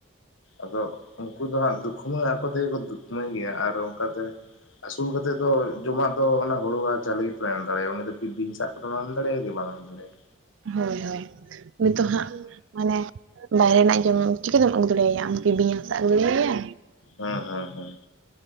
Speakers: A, on the left (about 75°); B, on the right (about 70°).
A: ᱟᱫᱚ ᱩᱱᱠᱩ ᱫᱚ ᱦᱟᱸᱜ ᱫᱩᱠᱷᱢᱟᱹ ᱟᱠᱚ ᱛᱮᱜᱮ ᱠᱚ ᱫᱩᱠᱷᱢᱟᱹ ᱜᱮᱭᱟ ᱟᱨ ᱚᱱᱠᱟᱛᱮ ᱟᱹᱥᱩᱞ ᱠᱟᱛᱮᱫ ᱫᱚ ᱡᱚᱢᱟᱜ ᱫᱚ ᱚᱱᱟ ᱦᱩᱲᱩᱣᱟ ᱪᱟᱹᱞᱤ ᱜᱮᱠᱚ ᱮᱢ ᱫᱟᱲᱮᱭᱟᱜᱼᱟ ᱩᱱᱤ ᱫᱚ ᱵᱤᱼᱵᱤᱧ ᱥᱟᱜ ᱠᱚᱫᱚ ᱵᱟᱢ ᱮᱢ ᱫᱟᱲᱮᱭᱟᱜᱼᱟ ᱜᱤ ᱵᱟᱢ ᱮᱢ ᱫᱟᱲᱮᱭᱟᱜᱼᱟ᱾
B: ᱦᱳᱭ ᱦᱳᱭ, ᱱᱤᱛᱚᱜ ᱦᱟᱸᱜ ᱢᱟᱱᱮ ᱵᱟᱭᱨᱮ ᱨᱮᱱᱟᱜ ᱡᱚᱢ ᱩᱪᱤᱛ᱾ ᱪᱤᱠᱟᱹ ᱛᱮᱢ ᱟᱹᱜᱩ ᱫᱟᱲᱮᱭᱟ ᱟᱢ ᱠᱤ ᱵᱤᱧ ᱮᱢ ᱥᱟᱵ ᱟᱹᱜᱩ ᱫᱟᱲᱮᱭᱟᱭᱟ᱾
A: ᱦᱩᱸ ᱦᱮᱸ ᱦᱮ, ᱸ